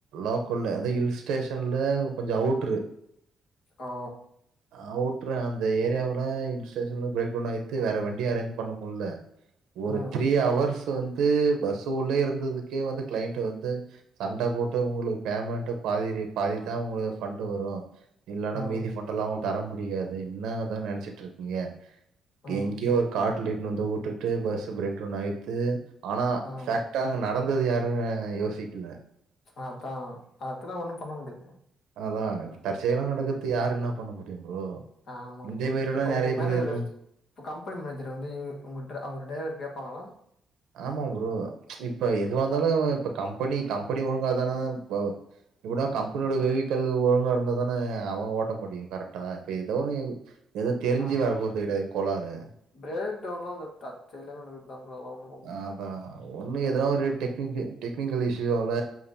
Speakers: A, on the right; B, on the left.
A: லோக்கல்ல அது ஹில் ஸ்டேஷன்ல கொஞ்ச அவுட்ரு
B: ஓ
A: அவுட்ரு அந்த ஏரியாவுல ஹில் ஸ்டேஷன்ல பிரேக் டவுன் ஆயித்து வேற வண்டி அரேஞ்ச் பண்ண முல்ல ஒரு
B: ம்,
A: த்ரீ ஹவர்ஸ் வந்து பஸ்ஸு உள்ளே இருந்ததுக்கே வந்து கிளைண்ட்டு வந்து சண்ட போட்டு உங்களுக்கு பேமெண்ட்டு பாதி பாதிதா உங்களுக்கு ஃபண்டு வரு இல்லன்னா
B: ம்,
A: மீதி ஃபண்டலா உங்களுக் தர முடியாது இன்னதா நெனச்சிட்ருக்கிங்க
B: ம்,
A: எங்யோ காட்ல இட்னு வந்து உட்டுட்டு பஸ் பிரேக் டவுன் ஆயித்து ஆனா
B: ம்.
A: ஃபேக்டா அங்க நடந்தது யா ரு யோசிக்கில
B: அதா அதலா ஒண்ணு பண்ண முடியாது
A: அதா தற்செயலா நடக்கறதுக் யார் என்ன பண்ண முடியு ப்ரோ
B: ஆமாம்
A: இதே
B: ப்ரோ
A: மாரிலாம்
B: இப்ப
A: நெறைய
B: உங்க
A: பேர்
B: மேனேஜரு
A: இருப்பாங்க.
B: இப்ப கம்பெனி மேனேஜர் வந்து உங்க ட அவர டிரைவர கேப்பாங்களா
A: ஆமா புரோ இப்ப எதுவா இந்தாலு இப்ப கம்பெனி கம்பெனி ஒழுங்காதான ப் இப்படா கம்பெனியோட வெவிகல் ஒழுங்கா இருந்தா தானே அவங்க ஓட்ட முடியும் கரெக்டா இப்ப ஏதோ ஒன்னு ஏதோ தெரிஞ்சு
B: ஆமா.
A: வர போறது கெட்யாது கோளாரு
B: பிரேக் டவுன்லாம் அந்த தர்ச்செயல நடக்கற்தா ப்ரோ அதலா ஒன்னும்
A: அதா ஒண்ணு எதோ ஒரு டெக்னிக்கு டெக்னிக்கல் இஷ்யூவால